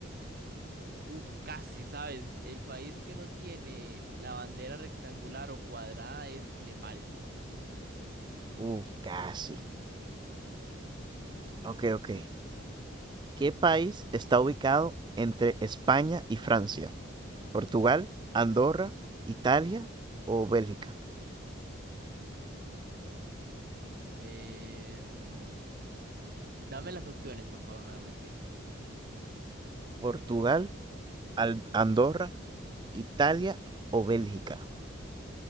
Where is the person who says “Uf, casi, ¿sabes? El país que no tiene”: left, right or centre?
Right